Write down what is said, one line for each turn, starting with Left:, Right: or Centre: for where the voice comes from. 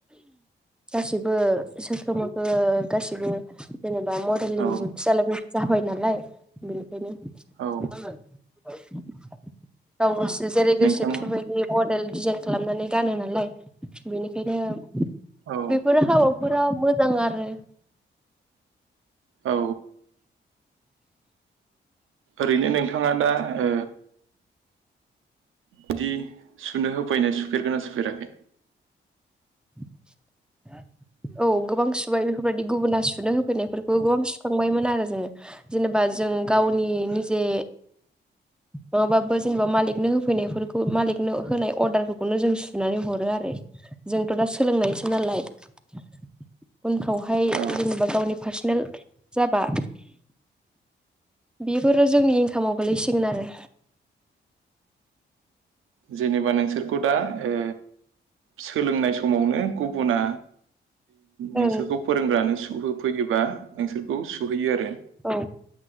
Centre: गासिबो सोरखोमोखो गासिबो जेनेबा मडेलिं
Right: औ
Centre: जुगसो जालायबाय जाबाय नालाय <unintelligible>
Right: औ
Centre: गाव‌ गोसो जेरै
Right: नोंथाङा
Centre: गोसो बेफोरबाय मडेल डिजाइन खालामनानै गानो नालाय बेनिखायनो
Right: औ
Centre: बिफोरो हाबाफोराव मोजां आरो <inaudible> <inaudible>
Right: औ ओरैनो नों थाङा दा ओ बिदि सुनो होफैनो सु फेरगोना सुफेराखै?
Centre: <inaudible> औ गोबां सुबाय बेफोरबायदि गुबुना सुनो होफैनायफोरखौ गोबां सुखांबायमोन आरो जोङो जेनेबा जों गावनि निजे नङाबाबो जेनेबा मालिकनो होफैनायफोरखौ मालिकनो होनाय अर्डारखौफोरखौनो जों सुनानै ह रो आरो जोंथ' दा सोलोंनायसो नालाय उनफ्रावहाय
Right: औ
Centre: जेनेबा गावनि फार्सनेल जाबा बेफोरो जोंनि इनखामाव गोलैसिगोन आरो।
Right: जेनेबा नोंसोर खौ दा ओ सोलोंनाय समावनो गुबुना नोंसोरखौ
Centre: ओं
Right: फोरोंग्रानो सुहो फैयोबा नोंसोरखौ सुहैयो आरो
Centre: औ